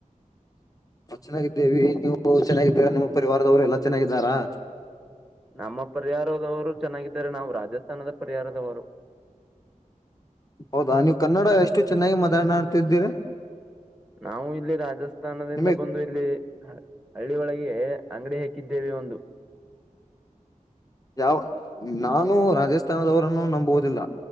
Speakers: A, on the left; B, in the centre.
A: ನಾವ್ ಚೆನ್ನಾಗಿದ್ದೇವಿ ನೀವು ಚೆನ್ನಾಗಿದ್ದೀರಾ ನಿಮ್ಮ ಪರಿವಾರದವ್ರು ಎಲ್ಲಾ ಚೆನ್ನಾಗಿದ್ದಾರಾ.
B: ನಮ್ಮ ಪರಿಹಾರದವರು ಚೆನ್ನಾಗಿದ್ದಾರೆ ನಾವು ರಾಜಸ್ಥಾನದ ಪರಿಹಾರದವರು.
A: ಹೌದಾ ನೀವು ಕನ್ನಡ ಎಷ್ಟು ಚೆನ್ನಾಗಿ ಮಾತಾಡನಾಡ್ತಿದ್ದೀರ.
B: ನಾವು ಇಲ್ಲಿ ರಾಜಸ್ಥಾನದಿಂದ
A: ನಿಮಗೆ
B: ಬಂದ್ ಇಲ್ಲಿ ಹ ಹಳ್ಳಿ ಒಳಿಗೆ ಅಂಗಡಿ ಹಾಕಿದ್ದೇವೆ ಒಂದು.
A: ಯಾವ್ ನಾನು ರಾಜಸ್ಥಾನದವರನ್ನು ನಂಬುವುದಿಲ್ಲ